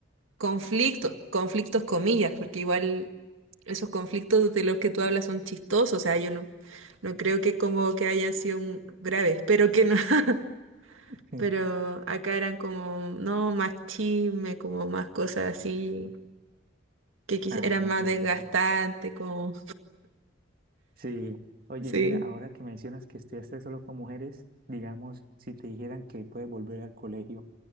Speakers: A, on the right; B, on the right.
A: conflictos, conflictos comillas, porque igual esos conflictos de los que tú hablas son chistosos, o sea, yo no, no creo que como que hayan sido mu- graves, pero que no, <laughs>
B: <laughs>
A: pero acá eran como, no, más chisme, como más cosas así, que quiz-
B: Ah,
A: eran más
B: mira.
A: desgastantes, como,
B: Sí, oye,
A: <laughs> sí,
B: mira, ahora que mencionas que estudiaste solo con mujeres, digamos, si te dijeran que puedes volver al colegio,